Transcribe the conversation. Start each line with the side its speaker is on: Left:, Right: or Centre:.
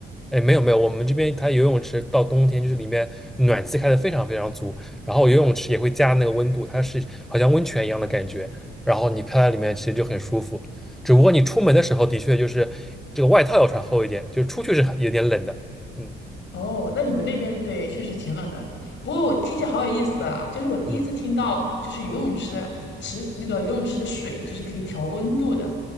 Centre: 哎，没有没有，我们这边它游泳池到冬天就是里面暖气开的非常非常足，然后游泳池也会加那个温度，它是好像温泉一样的感觉，然后你飘在里面其实就很舒服。只不过你出门的时候的确就是这个外套要穿厚一点，就是出去是很有点冷的。嗯
Left: 哦，那你们那边对，确实挺冷的。不过我听起来好有意思啊，就是我第一次听到，
Centre: 嗯，
Left: 就是游泳池池那个游泳池的水就是可以调温度的，